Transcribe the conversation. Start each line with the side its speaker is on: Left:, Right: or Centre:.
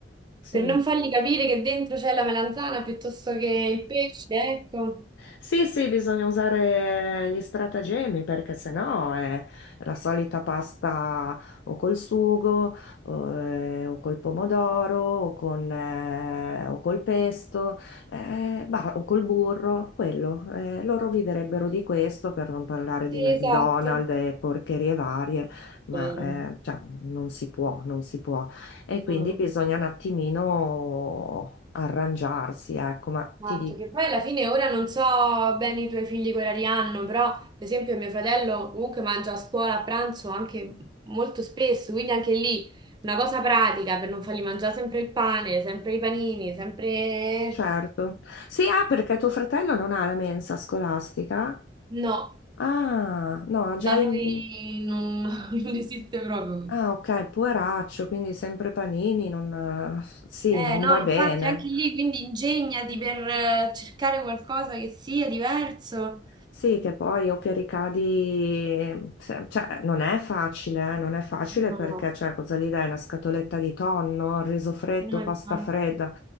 Left: Sì.
Right: per non fargli capire che dentro c'è la melanzana piuttosto che il pesce, ecco.
Left: Sì, sì, bisogna usare gli stratagemmi perché sennò è la solita pasta o col sugo o, eh, o col pomodoro o, con, eh, o col pesto eh, bah, o col burro, quello. Eh, loro viverebbero di questo per non parlare di
Right: Sì,
Left: McDonald's
Right: esatto.
Left: e porcherie varie, ma
Right: Vero.
Left: eh, cioè, non si può, non si può. E quindi
Right: No, no.
Left: bisogna un attimino arrangiarsi, ecco, ma
Right: Esatto,
Left: ti dico
Right: che poi alla fine ora non so bene i tuoi figli che orari hanno, però per esempio mio fratello comunque mangia a scuola a pranzo anche molto spesso, quindi anche lì una cosa pratica per non fargli mangiare sempre il pane, sempre i panini, sempre...
Left: Certo. Sì, ah, perché tuo fratello non ha la mensa scolastica?
Right: No,
Left: Ah, no, ha già...
Right: da
Left: i-
Right: noi non, <laughs> non esiste proprio.
Left: Ah, ok, poveraccio, quindi sempre panini, non... Sì,
Right: Eh
Left: non
Right: no,
Left: va
Right: infatti
Left: bene.
Right: anche lì quindi ingegnati per eh, cercare qualcosa che sia diverso.
Left: Sì, che poi o che ricadi, se- cioè non è facile, eh, non è facile
Right: No,
Left: perché cioè, cosa gli dai? Una scatoletta di tonno, riso freddo,
Right: no,
Left: pasta
Right: infatti.
Left: fredda.